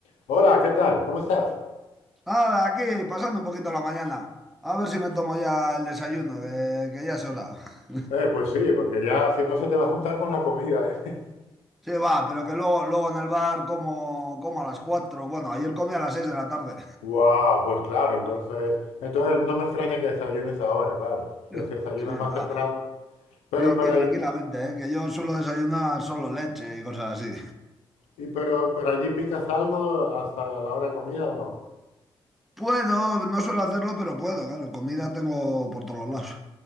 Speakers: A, on the left (about 80°); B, in the centre.
A: Hola, ¿qué tal? ¿Cómo estás?
B: Ah, aquí, pasando un poquito la mañana. A ver si me tomo ya el desayuno, que, que ya es hora. <laughs>
A: Eh, pues sí, porque ya si no se te va a juntar con la comida, ¿eh?
B: Sí, va, pero que luego, luego en el bar como, como a las cuatro Bueno, ayer comí a las seis de la tarde.
A: <laughs> Guau, pues claro, entonces, entonces no me extraña que desayunes ahora, claro.
B: <laughs>
A: Pues si desayunas
B: Sí,
A: más
B: va.
A: temprano, pero
B: Y,
A: pero
B: y
A: ahí-
B: tranquilamente, ¿eh? Que yo suelo desayunar solo leche y cosas así.
A: y pero pero allí picas algo hasta la hora de comida o no?
B: Puedo, no suelo hacerlo, pero puedo, claro. Comida tengo por todos lados.